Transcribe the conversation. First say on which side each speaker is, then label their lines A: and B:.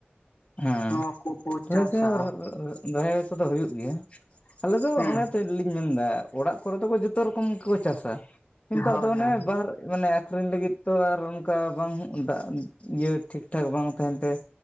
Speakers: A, on the left; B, on the left.
A: ᱦᱮᱸ
B: ᱱᱚᱣᱟ ᱠᱚᱠᱚ
A: ᱟᱞᱮ
B: ᱪᱟᱥᱟ
A: ᱥᱮᱫ ᱦᱚᱸ <unintelligible> ᱠᱚᱫᱚ ᱦᱩᱭᱩᱜ ᱜᱮᱭᱟ ᱾ ᱟᱞᱮ ᱫᱚ
B: ᱦᱩᱸ
A: ᱚᱱᱮ ᱛᱚ ᱞᱤᱧ ᱢᱮᱱ ᱮᱫᱟ ᱚᱲᱟᱜ ᱠᱚᱨᱮ ᱫᱚ ᱡᱚᱛᱚ ᱨᱚᱠᱚᱢ ᱜᱮᱠᱚ ᱪᱟᱥᱟ ᱾ ᱠᱤᱱᱛᱩ
B: ᱦᱳᱭ
A: ᱟᱫᱚ ᱚᱱᱮ
B: ᱦᱳᱭ
A: ᱵᱟᱨ ᱢᱟᱱᱮ ᱟᱠᱷᱨᱤᱧ ᱞᱟᱹᱜᱤᱫ ᱛᱚ ᱟᱨ ᱚᱱᱠᱟ ᱵᱟᱝ ᱫᱟᱜ ᱤᱭᱟᱹ ᱴᱷᱤᱠ ᱴᱷᱟᱠ ᱵᱟᱝ ᱛᱟᱦᱮᱱ ᱛᱮ